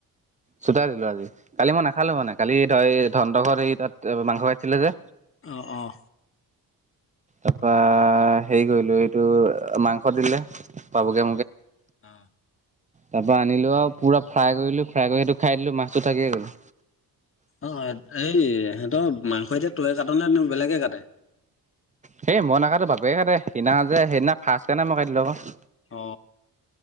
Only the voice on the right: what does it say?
চোতাই দিলো আজি কালি মই নাখালো মানে কালি ধ ধন হতৰ ঘৰ এই তাত মাংস ভাজিছিলে যে
তাৰপা হেৰি কৰিলো এইটো মাংস দিলে বাবুকে
তাৰ পৰা আনিলো আও পুৰা ফ্ৰাই কৰিলোঁ ফ্ৰাই কৰি সেইটো খাই দিলো মাছটো থাকিয়ে গ'ল
সেই মই নাকাটো বাপেকে কাটে সেইদিনা যে সেইদিনা ফাৰ্ষ্ট কাৰণে মই কাটিলো আক